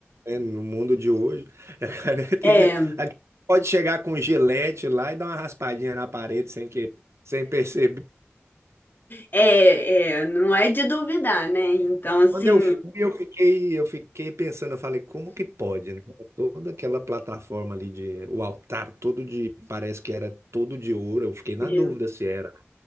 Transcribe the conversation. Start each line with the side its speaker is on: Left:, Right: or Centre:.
Right: né, no mundo de hoje, <laughs> tem
Left: É,
Right: que ser- aqui pode chegar com gilete lá e dar uma raspadinha na parede sem que, sem perceber.
Left: é, é, não é de duvidar, né? Então, assim,
Right: Quando eu fui, eu fiquei, eu fiquei pensando, eu falei, como que pode, né? Toda aquela plataforma ali de, o altar todo de, parece que era todo de ouro, eu fiquei na
Left: É.
Right: dúvida se era,